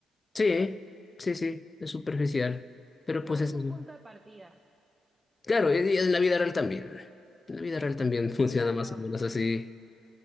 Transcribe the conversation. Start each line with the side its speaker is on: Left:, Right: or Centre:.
Left: Sí, sí, sí, es superficial. Pero
Right: Pero
Left: pues
Right: bueno,
Left: es
Right: es
Left: eso.
Right: un punto
Left: sí.
Right: de partida.
Left: Claro, y y en la vida real también. En la vida real también funciona
Right: Claro,
Left: más o menos así.